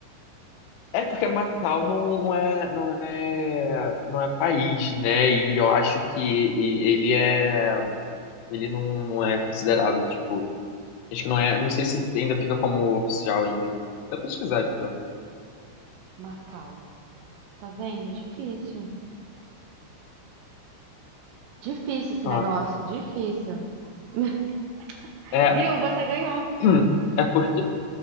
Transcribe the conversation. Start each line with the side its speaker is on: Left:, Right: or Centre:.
Left: é porque Macau não, não é, não é, não é país, né? E eu acho que e- ele é, ele não, não é considerado, tipo, acho que não é, não sei se ainda fica como oficial ainda. Vou pesquisar aqui, ó.
Right: Macau. Tá vendo? Difícil. Difícil esse
Left: Ó,
Right: negócio. Difícil. <laughs>
Left: é,
Right: Viu? Você ganhou.
Left: <clears throat> é porque